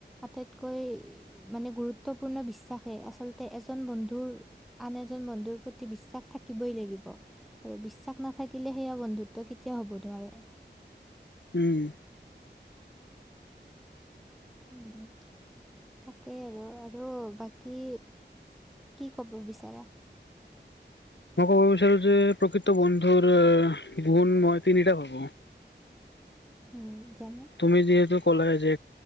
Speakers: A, in the centre; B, on the left.
A: আটাইতকৈ মানে গুৰুত্বপূৰ্ণ বিশ্বাসে আচলতে এজন বন্ধুৰ আন এজন বন্ধুৰ প্ৰতি বিশ্বাস থাকিবই লাগিব। আৰু বিশ্বাস নাথাকিলে সেয়া বন্ধুত্ব কেতিয়াও হ'ব নোৱাৰে।
B: উম।
A: উম। তাকেই আৰু আৰু বাকী কি ক'ব বিচাৰা।
B: মই ক'ব বিচাৰো যে প্ৰকৃত বন্ধুৰ গুণ মই তিনিটা ভাবো।
A: উম যেনে
B: তুমি যিহেতু ক'লা যে